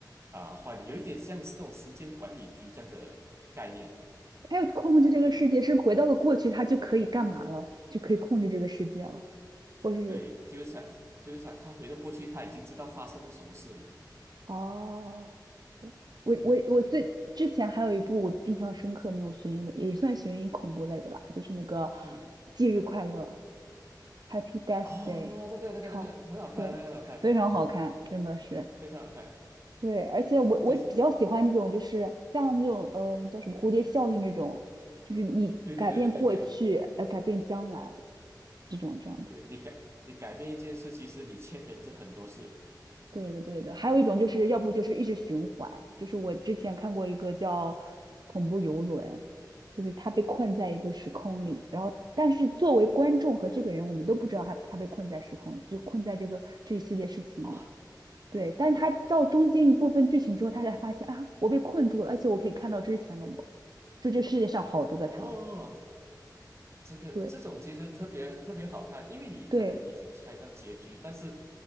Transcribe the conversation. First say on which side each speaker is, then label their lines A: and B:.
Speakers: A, on the right; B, on the right.
A: 啊、坏的，有一点像是那种时间管理局这样的概念。
B: 他要控制这个世界，是不是回到了过去，他就可以干嘛了？就可以控制这个世界了，或是
A: 对，就是想就是想他回到过去，他已经知道发生了什么事了。
B: 哦，是的。我我我最之前还有一部我印象深刻的那种悬疑类，
A: 嗯
B: 也算悬疑恐怖类的吧，就是那个
A: 嗯，
B: 《忌日快乐》（Happy Death
A: 哦，
B: Day），
A: 那个那个那个很好看，
B: 超对，
A: 那个很好看，
B: 非常好看，真的是
A: 非常好看，
B: 对。而且我我比较喜欢那种，
A: 就是
B: 就是像那种嗯、呃叫什么蝴蝶效应这种，就是你改变过去，
A: 对对对对对对。
B: 呃，改变将来这种这样子。
A: 对你改你改变一件事，其实你牵连着很多事。
B: 对的，对的，还有一种就是要不就是一直循环，就是我之前看过一个叫《恐怖游轮》，就是他被困在一个时空里，然后但是作为观众和这个人，我们都不知道他他被困在时空，就困在这个这一系列事情里。
A: 哦
B: 对，但他到中间一部分剧情之后，他才发现啊，我被困住了，而且我可以看到之前的我，就这世界上好多个他。
A: 哦，这个这种其实特别特别好看，
B: 对，
A: 因为你可能已经猜到结局，
B: 对，
A: 但是